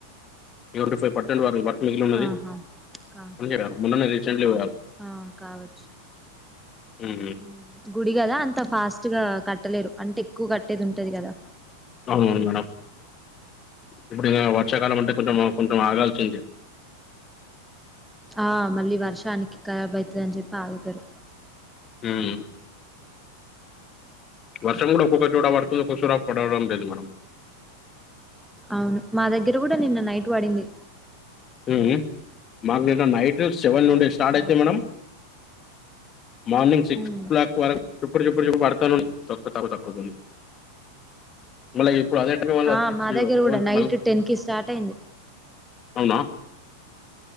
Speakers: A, on the left; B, in the centre.
A: ఎవరిదో ఫైవ్ పర్సెంట్ వారు వర్క్ మిగిలిన్నదియారు
B: ఆహా కా
A: ముందునే రీసెంట్లీ పోయారు
B: ఆ కావచ్చు
A: ఉమ్
B: ఉమ్ గుడి కదా అంత ఫాస్ట్ గా కట్టలేరు అంటే ఎక్కువ కట్టేది ఉంటది కదా
A: అవునవును మేడం ఇప్పుడు వర్షాకాలం అంటే కొంచెం కొంచెం ఆగాల్సింది
B: ఆ మళ్ళీ వర్షానికి ఖరాబ్ అవుతుందని చెప్పి ఆగుతారు
A: హమ్ వర్షం కూడా ఒక్కొక్క చోట పడుతుంది ఒకచోట పడడం లేదు మేడం
B: అవును మా దగ్గర కూడా నిన్న నైట్ పడింది
A: ఉమ్ మాకు నిన్న నైట్ సెవెన్
B: ఆ
A: నుండి స్టార్ట్
B: night
A: అయితే madam morning six
B: hmm
A: o'clock వరకు చప్పుడు చుప్పుడు చూప్పు పడతానే ఉంది తక్కువ తక్కతుంది మలాగే ఇప్పుడు అద మళ్ళ
B: ఆ
A: సిక్స్
B: మా
A: సెవెన్
B: దగ్గర కూడా
A: కి
B: నైట్
A: మళ్ళ
B: టెన్ కి స్టార్ట్ అయింది
A: అవునా